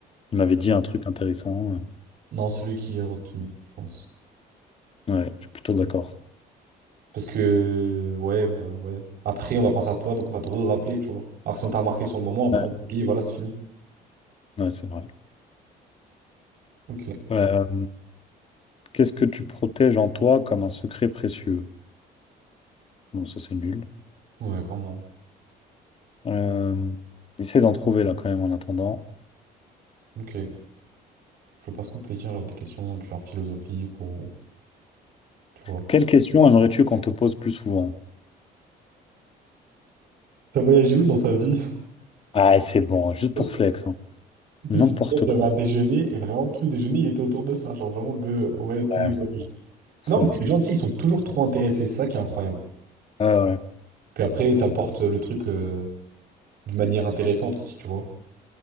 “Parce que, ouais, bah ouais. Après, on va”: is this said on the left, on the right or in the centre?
Right